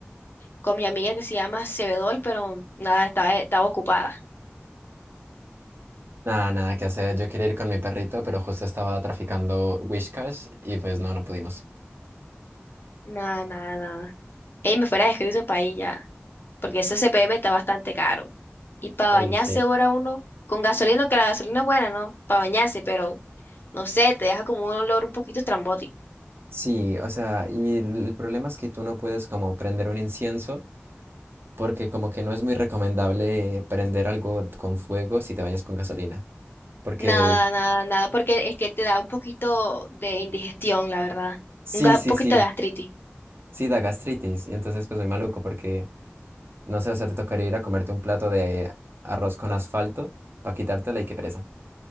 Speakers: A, on the left (about 55°); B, on the right (about 60°).
A: con mi amiga que se llama Sebedol, pero nada, estaba, estaba ocupada.
B: Nada, nada que hacer. Yo quería ir con mi perrito, pero justo estaba traficando Whiskas y pues no, no pudimos.
A: Nada, nada, nada. Ey, me fuera escrito para ahí ya, porque ese CPM está bastante caro. Y para
B: Ey,
A: bañarse
B: sí.
A: ahora uno, con gasolina, que la gasolina es buena, ¿no? Para bañarse, pero no sé, te deja como un olor un poquito estrambótico.
B: Sí, o sea, y el problema es que tú no puedes como prender un incienso porque como que no es muy recomendable prender algo con fuego si te bañas con gasolina. Porque
A: Nada, nada, nada, porque es que te da un poquito de indigestión, la verdad.
B: sí,
A: Un, ga-
B: sí,
A: un poquito
B: sí,
A: de gastritis.
B: sí da gastritis. Y entonces pues muy maluco porque, no sé, o sea, te tocaría ir a comerte un plato de arroz con asfalto para quitártela y qué pereza.